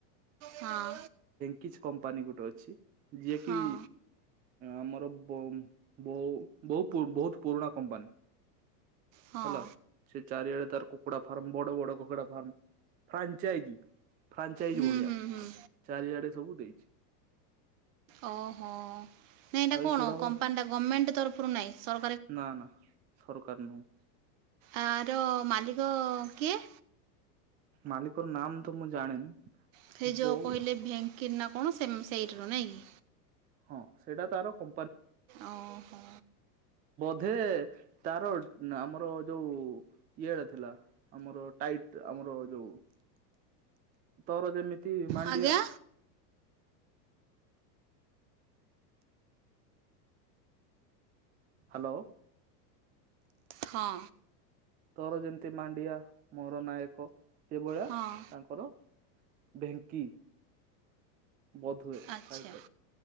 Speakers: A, on the right; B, on the right.
A: ହଁ।
B: କିଛି କମ୍ପାନୀ ଗୋଟେ ଅଛି ଯିଏକି
A: ହଁ
B: ଆମର ବୋଉ ଉଁ ବୋଉ। ବହୁତ ବହୁତ୍ ପୁରୁଣା କମ୍ପାନୀ।
A: ହଁ
B: ହେଲା ସେ ଚାରିଆଡେ ତାର କୁକୁଡା ଫାର୍ମ ବଡ଼ ବଡ଼ କୁକୁଡା ଫାର୍ମ। ଫ୍ରାଞ୍ଚାଇଜ ଫ୍ରାଞ୍ଚାଇଜ
A: ହୁଁ
B: ଭଳିଆ
A: ହୁଁ ହୁଁ।
B: ଚାରିଆଡେ ସବୁ ଦେଇଛି।
A: ଓହୋ ନାଇଁ ଏଇଟା
B: ଆଉ
A: କଣ
B: ଏଇଗୁଡାକ
A: କମ୍ପାନୀ ଟା ଗଭର୍ଣମେଣ୍ଟ ତରଫରୁ ନାଇଁ ସ
B: ନା ନା ସରକାର ନୁହଁ
A: ଆର ମାଲିକ କିଏ?
B: ମାଲିକ ର ନାମ୍ ତ ମୁଁ ଜାଣିନି।
A: ସେ ଯୋଉଁ
B: ବୋଉ
A: କହିଲେ ଭେଙ୍କି ନା କଣ ସେଇଠରୁ ନାଇଁ କି?
B: ହଁ ସେଇଟା ତାର କ
A: ଓହୋ।
B: ବଧ ତାର ଆମର ଯୋଉ ଇଏଡ ଥିଲା ଆମର ଟାଇଟ୍ ଆମ ଆର ଯୋଉ ତୋର ଯେମିତି ମାଣ୍ଡିଆ।
A: ଆଜ୍ଞା
B: ହାଲୋ।
A: ହଁ।
B: ତୋର ଯେମିତି ମାଣ୍ଡିଆ ମୋର ନାୟକ ସେ ଭଳିଆ
A: ହଁ
B: ତାଙ୍କର। ଭେଙ୍କି। ବୋଧୁଏ
A: ଆଚ୍ଛା।
B: ଟାଇଟଲ